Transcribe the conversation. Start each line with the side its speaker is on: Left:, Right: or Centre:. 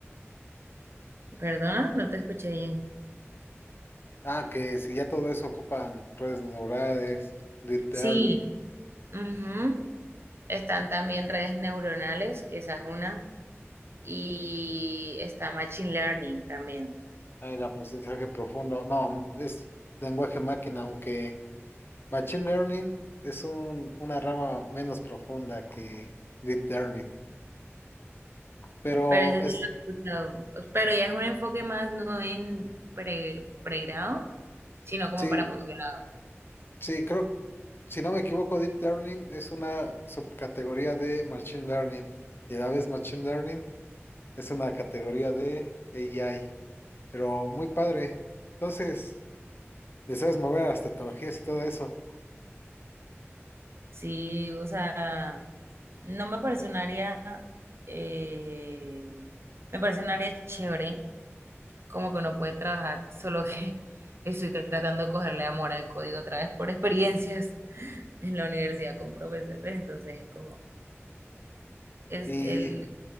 Right: Perdona, no te escuché bien.
Left: Ah, que si ya todo eso ocupan redes neurales, deep
Right: Sí,
Left: learning,
Right: ujú. Están también redes neuronales, que esa es una, y está Machine Learning también.
Left: ah, el aprendizaje profundo. No, es lenguaje máquina, aunque machine learning es un, una rama menos profunda que deep learning. Pero
Right: Pero ese
Left: es,
Right: sí lo he escuchado. Pero ya es un enfoque más no en pre, pregrado, sino como
Left: sí,
Right: para posgrado.
Left: sí, creo Si no me equivoco, Deep Learning es una subcategoría de Machine Learning y a la vez Machine Learning es una categoría de AI, pero muy padre. Entonces, deseas mover a las tecnologías y todo eso.
Right: Sí, o sea, no me parece un área, eh, me parece un área chévere, como que uno puede trabajar, solo que <laughs> estoy tratando de cogerle amor al código otra vez por experiencias en la universidad con profesores, entonces como es
Left: Y
Right: el,